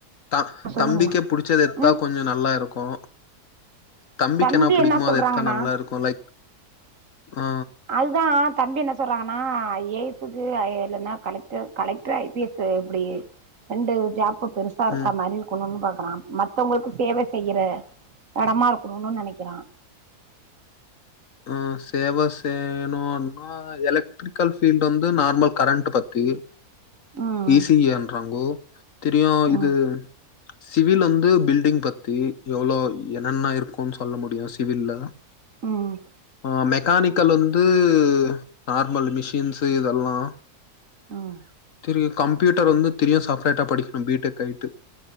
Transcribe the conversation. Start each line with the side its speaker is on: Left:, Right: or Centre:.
Left: த
Right: சொல்லுங்களே
Left: தம்பிக்கே புடிச்சது எத்தா
Right: ம்
Left: கொஞ்சொ நல்லாருக்கூ தம்பிக்கு
Right: தம்பி
Left: என்ன புடிக்குமோ
Right: சொல்றாங்கன்னா
Left: அது எத்தா நல்லாருக்கூ லைக் ஆ
Right: அதுதா தம்பி என்ன சொல்றாங் ஆ ஐ ஏ எஸூக்கு ஐ இல்லேனா collector collector I P S இப்டி ரெண்டு ஜாப் ப்ப பெருசா இருக்கா
Left: ம்
Right: மாரி இருக்கணூம்பா க்யா மத்தவங்களுக்கு சேவ செய்ற எடமா இருக்கணூனு நெனைக்கிறா
Left: ம் சேவ செய்ணுனா எலக்ட்ரிக்கல் ஃபீல்டு வந்து நார்மல் கரண்ட் பத்தி
Right: ம்
Left: ஈ சி ஏ என்றாங்கோ தெரியூ இது
Right: ம்
Left: சிவில் வந்து பில்டிங் பத்தி எவ்ளோ என்னன்ன இருக் ஒன் சொல்ல முடியூ சிவில்ல
Right: ம்
Left: ஆ மெக்கானிக் கல் வந்து நார்மல் மிஷின்ஸு இதெல்லா
Right: ம்
Left: இதுகு கம்ப்யூட்டர் வந்து திரியு சப்ரேட்டா படிக்கணு பி டெக் ஐ டு